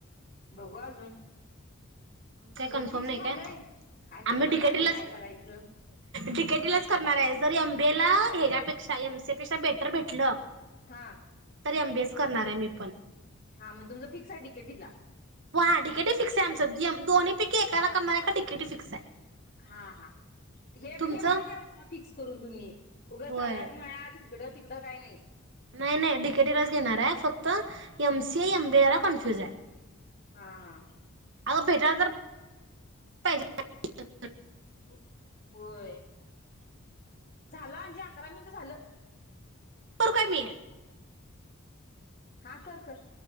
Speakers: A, on the left; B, on the right.
A: बघू अजून
B: काय
A: तुझं
B: कन्फर्म
A: फिक्स
B: नाही
A: झालंय
B: का
A: काय कळू
B: आम्ही
A: ना
B: डीकेटीलाच
A: गांजे काय करायचं
B: डीकेटीलाच करणार आहे. जरी एमबेला ह्याच्यापेक्षा एमसीपेक्षा बेटर भेटलं
A: हा
B: तर एमबीएस करणार आहे मी उपण
A: हा मणजे तुमचं फिक्स आहे डीकेटी ला
B: व हा डीकेटी फिक्स आहे आमच दोन्ही पैकी एकाला करणार एका डीकेट फिक्स य
A: हा हा हे
B: तुमचं
A: हे बरं केलाय फिक्स करून तुम्ही उगच
B: होय
A: तळ्यात मळ्यात इकड तिकडं काही नाही
B: नाही नाही डीकेटीलाच घेणार आहे फक्त एमसीए एमबीला कन्फ्युज आहे?
A: हा हा
B: अगं भेटायला तर पाहिजे
A: हो- होय झालं अंजी अकरा मिनट झालं
B: काय मी?
A: हा कर कर